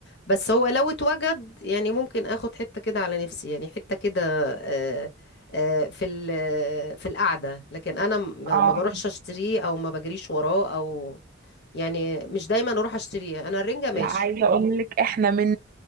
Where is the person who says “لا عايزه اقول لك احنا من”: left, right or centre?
Right